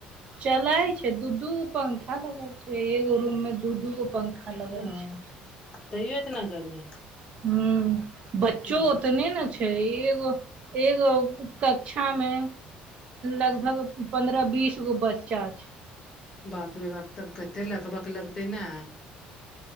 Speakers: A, on the right; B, on the left.
A: चलाय छै दू दूगो पंखा लगल छै एगो रूम में दू दूगो पंखा लगल
B: ह
A: छै
B: तैयो एतना गर्मी
A: हू बच्चो
B: ओ
A: ओतने ने छै एगो एगो कक्षा मे लगभग पन्द्रह बीस गो बच्चा छै
B: बाप रे बाप तब कते लकबक लगते ने